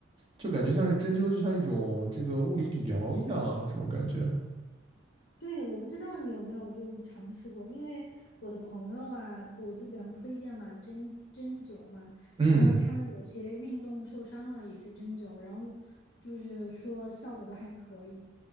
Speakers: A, on the right; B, on the left.
A: 就感觉像是针灸，就像一种这个物理理疗一样啊，这种感觉。
B: 对，我不知道你有没有就是尝试过，因为我的朋友啊，我就给他们推荐嘛，针针灸嘛，
A: 嗯。
B: 然后他们有些运动受伤了也去针灸，然后就是说效果都还可以。